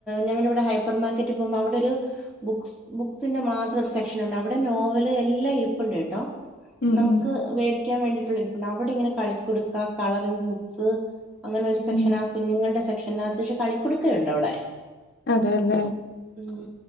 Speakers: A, in the centre; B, on the left (about 50°).
A: ഞങ്ങളുടെ ഇവിടെ ഹൈപ്പർ മാർക്കറ്റിൽ പോകുമ്പോൾ അവിടെ ഒരു.. ബുക്സ് ബുക്സിന്റെ മാത്രം ഒരു സെക്ഷൻണ്ട് അവിടെ നോവല് എല്ലാം ഇരിപ്പുണ്ട് കേട്ടോ..
B: ഉം
A: നമുക്ക്
B: ഉം
A: മേടിക്കാൻ വേണ്ടിയിട്ടുള്ള ഇരിപ്പണ്ട് അവിടെ ഇങ്ങനെ കളിക്കുടുക്കാ കളറിങ് ബുക്സ്.. അങ്ങനെ ഒരു സെക്ഷന
B: ഉം
A: കുഞ്ഞുങ്ങളുടെ സെക്ഷനകത്ത് പക്ഷേ കളിക്കു ടുക്കയുണ്ട് അവിടെ..
B: അതെല്ലേ
A: ഉം